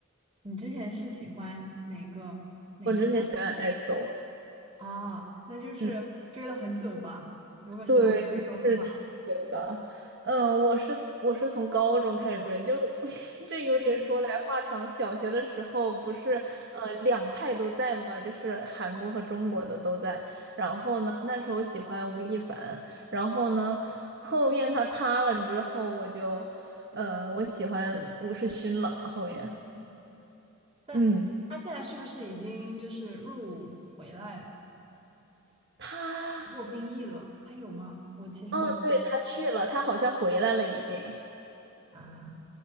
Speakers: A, on the right; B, on the right.
A: 你之前是喜欢哪个哪家
B: 我之前喜欢 EXO。
A: 啊？那就是追了很久吧。
B: 嗯。
A: 如果喜欢高的话，
B: 对，是挺久的。嗯，我是我是从高中开始追，就是 <laughs> 这有点说来话长。
A: 嗯
B: 小学的时候不是呃两派都在嘛，就是韩国和中国的都在。然后呢，那时候喜欢吴亦凡，然后呢，后面他塌了之后，我就呃我喜欢吴世勋了。后面，
A: 嗯，但他现在是不是已经就是入伍回来
B: 嗯，他
A: 过兵役了？他有吗？我其实没
B: 哦，对，他去了，他好像回来了，已经，
A: 啊，